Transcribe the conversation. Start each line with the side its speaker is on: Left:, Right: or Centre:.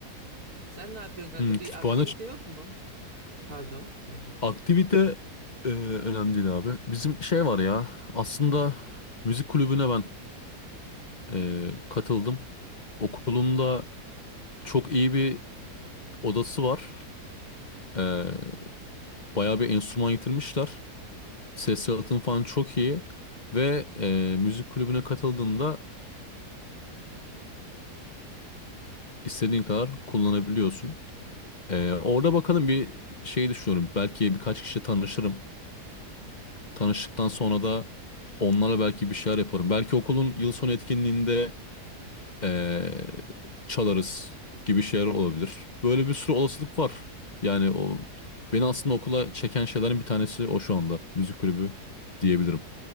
Right: Sen ne yapıyorsun kanka?
Left: Hmm,
Right: Bir
Left: kütüphane
Right: aktivite
Left: ç-
Right: yok mu? Pardon, pardon.
Left: aktivite eee, önemli değil abi. Bizim şey var ya aslında müzik kulübüne ben eee, katıldım. Okulunda çok iyi bir odası var. Eee bayağı bir enstrüman getirmişler. Ses yalıtım falan çok iyi. Ve eee, müzik kulübüne katıldığında İstediğin kadar kullanabiliyorsun. Ee, orada bakalım bir şey düşünüyorum. Belki birkaç kişi tanışırım. Tanıştıktan sonra da onlarla belki bir şeyler yaparım. Belki okulun yıl sonu etkinliğinde ee, çalarız gibi şeyler olabilir. Böyle bir sürü olasılık var. Yani o beni aslında okula çeken şeylerin bir tanesi o şu anda. Müzik kulübü diyebilirim.